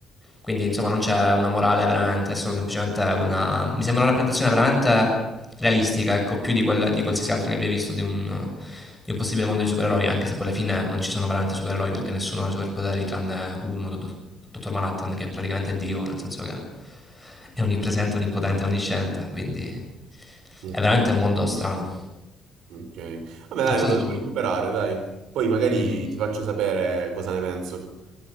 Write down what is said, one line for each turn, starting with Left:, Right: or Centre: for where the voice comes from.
Centre: Quindi, insomma, non c'è una morale veramente, è solo semplicemente una. Mi sembra una rappresentazione veramente realistica, ecco, più di, quella, di qualsiasi altra che abbia visto di un, di un possibile mondo di supereroi, anche se poi alla fine non ci sono veramente supereroi perché nessuno ha superpoteri tranne uno, do- do- Dottor Manhattan, che è praticamente Dio, nel senso che è onnipresente, onnipotente, onnisciente, quindi
Right: Ok.
Centre: è veramente un mondo strano.
Right: Ok. Vabbè, dai,
Centre: Non so
Right: me lo
Centre: se
Right: devo
Centre: tu...
Right: recuperare, dai. Poi magari
Centre: Mhm.
Right: ti faccio sapere cosa ne penso.